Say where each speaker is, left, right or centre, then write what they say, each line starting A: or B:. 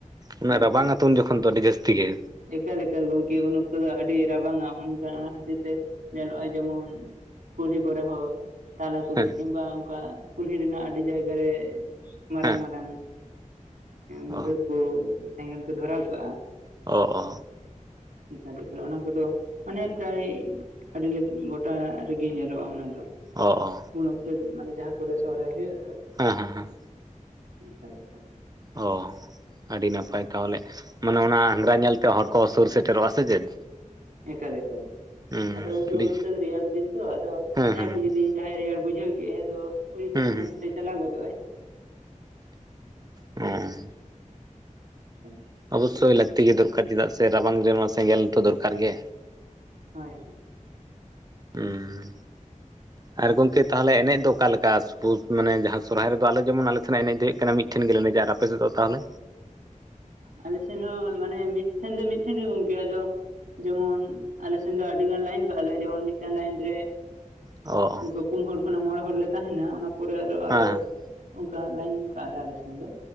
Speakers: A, on the right; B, on the right.
A: ᱚᱱᱟ
B: ᱦᱳᱭ
A: ᱨᱟᱵᱟᱝ
B: ᱦᱳᱭ
A: ᱛᱩᱱ ᱡᱚᱠᱷᱚᱱ ᱫᱚ ᱟᱹᱰᱤ ᱡᱟᱹᱥᱛᱤ ᱜᱮ
B: ᱮᱠᱟᱞ ᱮᱠᱟᱞ ᱜᱚᱢᱠᱮ ᱩᱱ ᱚᱠᱛᱚ ᱫᱚ ᱟᱹᱰᱤ ᱨᱟᱵᱟᱝ-ᱟ ᱚᱱᱠᱟ ᱚᱱᱟ ᱠᱷᱟᱹᱛᱤᱨ ᱛᱮ ᱧᱮᱞᱚᱜᱼᱟ ᱡᱮᱢᱚᱱ ᱠᱩᱞᱦᱤ ᱠᱚᱨᱮ ᱦᱚ ᱛᱟᱞᱟ ᱠᱩᱞᱦᱤ
A: ᱦᱮᱸ
B: ᱠᱤᱱᱵᱟ ᱚᱱᱠᱟ ᱠᱩᱞᱦᱤ ᱨᱮᱱᱟᱜ ᱟᱹᱰᱤ ᱡᱟᱭᱜᱟ ᱨᱮ ᱢᱟᱨᱟᱝ
A: ᱦᱮᱸ
B: ᱢᱟᱨᱟᱝ
A: ᱚ
B: ᱢᱩᱵᱷᱟᱹᱫ ᱠᱩ ᱥᱮᱸᱜᱮᱞ ᱠᱚ ᱫᱷᱚᱨᱟᱣ ᱠᱟᱜ-ᱟ᱾
A: ᱚ ᱚ᱾
B: ᱮᱠᱟᱞ ᱮᱠᱟᱞ ᱚᱱᱟ ᱠᱚᱫᱚ ᱢᱟᱱᱮ ᱯᱨᱟᱭ ᱟᱹᱰᱤ ᱜᱚᱴᱟ ᱨᱮᱜᱮ ᱧᱮᱞᱚᱜᱼᱟ ᱚᱱᱟ ᱫᱚ
A: ᱚ ᱚ
B: ᱩᱱ ᱚᱠᱛᱚ ᱢᱟᱱᱮ ᱡᱟᱦᱟᱸ ᱠᱚᱨᱮ ᱥᱚᱦᱨᱟᱭ ᱦᱩᱭᱩᱜ ᱫᱚ
A: ᱦᱮᱸ ᱦᱮᱸ ᱦᱮᱸ᱾
B: <unintelligible>
A: ᱚ ᱟᱹᱰᱤ ᱱᱟᱯᱟᱭ ᱛᱟᱦᱚᱞᱮ ᱢᱟᱱᱮ ᱚᱱᱟ ᱟᱝᱜᱽᱨᱟ
B: ᱦᱳᱭ
A: ᱧᱮᱞ ᱛᱮ ᱦᱚᱲ ᱠᱚ ᱥᱩᱨ ᱥᱮᱴᱮᱨᱚᱜ ᱟᱥᱮ ᱪᱮᱫ?
B: ᱮᱠᱟᱞ ᱮᱠᱟᱞ
A: ᱦᱩᱸ
B: ᱟᱫᱚ ᱜᱚᱢᱠᱮ
A: ᱟᱹᱰᱤ
B: ᱩᱱ ᱚᱠᱛᱚ ᱫᱚ ᱨᱮᱭᱟᱲ ᱫᱤᱱ ᱛᱚ ᱟᱫᱚ
A: ᱦᱮᱸ
B: ᱡᱟᱸᱦᱟᱭ
A: ᱦᱮᱸ
B: ᱠᱚ ᱡᱚᱫᱤ ᱡᱟᱦᱟᱸᱭ ᱨᱮᱭᱟᱲ ᱵᱩᱡᱷᱟᱹᱣ ᱠᱮᱫᱼᱟᱭ ᱟᱫᱚ ᱩᱱᱤ ᱛᱚᱠᱷᱚᱱ
A: ᱦᱩᱸ ᱦᱩᱸ
B: ᱚᱱᱛᱮ ᱪᱟᱞᱟᱣ ᱜᱚᱫᱚᱜᱼᱟᱭ᱾
A: ᱦᱮᱸ
B: <unintelligible>
A: ᱚᱵᱚᱥᱥᱳᱭ ᱞᱟᱹᱠᱛᱤ ᱜᱮ ᱫᱚᱨᱠᱟᱨ ᱪᱮᱫᱟᱜ ᱥᱮ ᱨᱟᱵᱟᱝ ᱨᱮᱢᱟ ᱥᱮᱸᱜᱮᱞ ᱛᱚ ᱫᱚᱨᱠᱟᱨ ᱜᱮ
B: ᱦᱳᱭ ᱦᱳᱭ᱾
A: ᱦᱩᱸ᱾ ᱟᱨ ᱜᱚᱝᱠᱮ ᱛᱟᱦᱚᱞᱮ ᱮᱱᱮᱡ ᱫᱚ ᱚᱠᱟᱞᱮᱠᱟ <unintelligible> ᱢᱟᱱᱮ ᱡᱟᱦᱟᱸ ᱥᱚᱨᱦᱟᱭ ᱨᱮᱫᱚ ᱟᱞᱮ ᱡᱮᱢᱚᱱ ᱟᱞᱮ ᱥᱮᱱᱟᱜ ᱮᱱᱮᱡ ᱫᱚ ᱦᱩᱭᱩᱜ ᱠᱟᱱᱟ ᱢᱤᱫ <unintelligible> ᱴᱷᱮᱱ ᱜᱮᱞᱮ ᱮᱱᱮᱡᱟ ᱟᱨ ᱟᱯᱮ ᱥᱮᱫ ᱫᱚ ᱛᱟᱦᱞᱮ
B: ᱟᱞᱮᱥᱮᱱ ᱦᱚᱸ ᱢᱟᱱᱮ ᱢᱤᱫᱴᱷᱮᱱ ᱫᱚ ᱢᱤᱫᱴᱷᱮᱱ ᱜᱮ ᱜᱚᱝᱠᱮ ᱟᱫᱚ ᱡᱮᱢᱚᱱ ᱟᱞᱮᱥᱮᱱ ᱫᱚ ᱟᱹᱰᱤ ᱜᱟᱱ ᱞᱟᱭᱤᱱ ᱠᱟᱜ-ᱟ ᱞᱮ ᱡᱮᱢᱚᱱ ᱢᱤᱫᱴᱟᱝ ᱞᱟᱭᱤᱱ ᱨᱮ
A: ᱚᱻ
B: ᱚᱱᱠᱟ ᱯᱩᱱ ᱦᱚᱲ ᱠᱷᱚᱱᱟᱜ ᱢᱚᱬᱮ ᱦᱚᱲ ᱞᱮ ᱛᱟᱦᱮᱱᱟ ᱚᱱᱟ ᱯᱚᱨᱮ ᱟᱨᱚ
A: ᱦᱮᱸ ᱦᱮᱸ
B: ᱚᱝᱠᱟ ᱞᱟᱭᱤᱱ ᱠᱟᱜ-ᱟᱞᱮ ᱟᱞᱮ ᱥᱮᱱ ᱫᱚ᱾